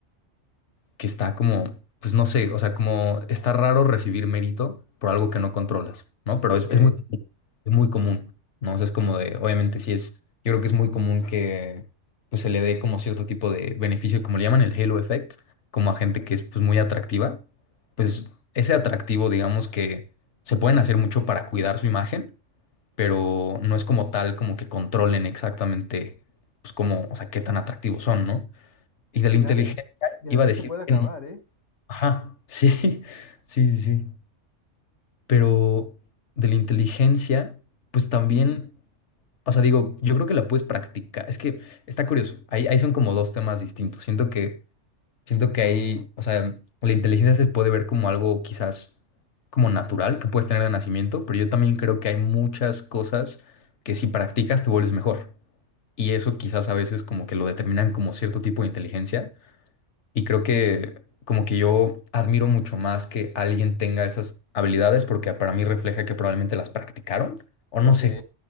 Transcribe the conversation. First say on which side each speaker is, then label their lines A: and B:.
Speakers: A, on the left; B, on the left.
A: que está como, pues no sé, o sea, como está raro recibir mérito por algo que no controlas, ¿no? Pero
B: Ok,
A: es, es muy, es muy común, ¿no? O sea, es como de, obviamente sí es, yo creo que es muy común que pues se le dé como cierto tipo de beneficio, como le llaman el halo effect, como a gente que es pues muy atractiva, pues ese atractivo, digamos que se pueden hacer mucho para cuidar su imagen, pero no es como tal como que controlen exactamente, pues como, o sea, qué tan atractivos son, ¿no? Y de la
B: claro,
A: inteligencia
B: y y
A: iba
B: además
A: a decir
B: se puede acabar,
A: que
B: ¿eh?
A: Ajá, sí, <laughs> sí, sí. Pero de la inteligencia, pues también, o sea, digo, yo creo que la puedes practicar. Es que está curioso. Ahí, ahí son como dos temas distintos. Siento que, siento que ahí, o sea, la inteligencia se puede ver como algo quizás como natural que puedes tener de nacimiento, pero yo también creo que hay muchas cosas que si practicas te vuelves mejor. Y eso quizás a veces como que lo determinan como cierto tipo de inteligencia y creo que como que yo admiro mucho más que alguien tenga esas habilidades porque para mí refleja que probablemente las practicaron o no
B: Ok,
A: sé.